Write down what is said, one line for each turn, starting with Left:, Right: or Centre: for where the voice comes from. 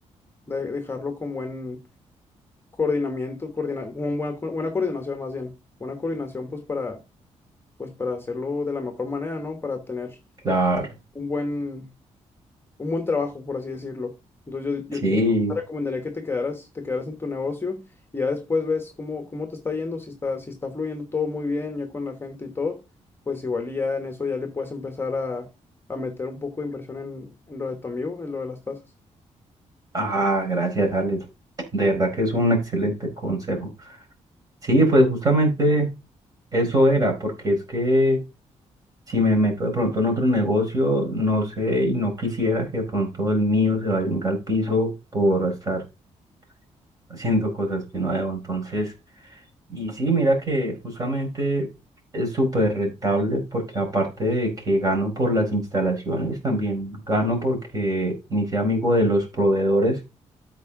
Left: de- dejarlo con buen coordinamiento, coordina, con buena, co- buena coordinación más bien, buena coordinación pues para, pues para hacerlo de la mejor manera, ¿no? Para tener
Right: Claro,
Left: un buen, un buen trabajo, por así decirlo. Entonces yo, yo
Right: sí.
Left: te, te recomendaría que te quedaras, te quedaras en tu negocio y ya después ves cómo, cómo te está yendo, si está, si está fluyendo todo muy bien ya con la gente y todo, pues igual y ya en eso ya le puedes empezar a, a meter un poco de inversión en, en lo de tu amigo, en lo de las tasas.
Right: Ah, gracias, Alex. De verdad que es un excelente consejo. Sí, pues justamente eso era, porque es que si me meto de pronto en otro negocio, no sé y no quisiera que de pronto el mío se vaya al piso por estar <laughs> haciendo cosas que no debo. Entonces, y sí, mira que justamente es súper rentable porque aparte de que gano por las instalaciones, también gano porque me hice amigo de los proveedores